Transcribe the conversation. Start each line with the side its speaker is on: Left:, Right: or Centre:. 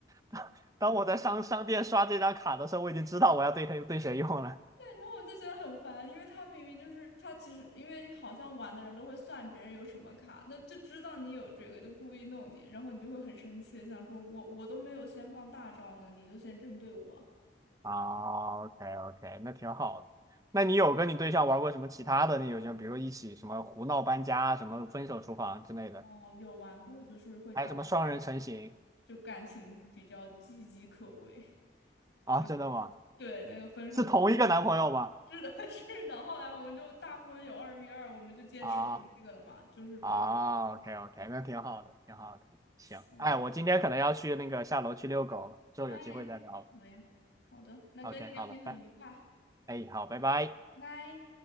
Right: <laughs> 当我在商商店刷这张卡的时候，我已经知道我要对他对谁用了。
Left: 然后我就觉得很烦，因为他明明就是他其实因为好像玩的人都会算别人有什么卡，那就知道你有这个，就故意弄你，然后你就会很生气，想说我我都没有先放大招呢，你就先针对我。
Right: 啊，OK OK，那挺好的。那你有跟你对象玩过什么其他的那游戏吗？比如一起什么胡闹搬家啊、什么分手厨房之类的，
Left: 哦，有玩过，就是会导致感
Right: 还有什么双人成行
Left: 就感情比较岌岌可危，
Right: 啊？
Left: 就
Right: 真的吗？
Left: 对那个分手。
Right: 是同一个男朋友吗？
Left: <laughs> 是的，<laughs> 是的。后来我们就大富翁有二 v 二，我们就坚持玩这个了嘛，
Right: 啊
Left: 就是不用
Right: 啊，OK OK，那挺好的，挺好的。行，
Left: 扫。
Right: 哎，我今天可能要去那个下楼去遛狗了，之后有机会再聊。
Left: 哎呀，好呀，好的，那跟你聊天很愉快，
Right: OK，好了，拜，哎，好，拜拜。
Left: 拜。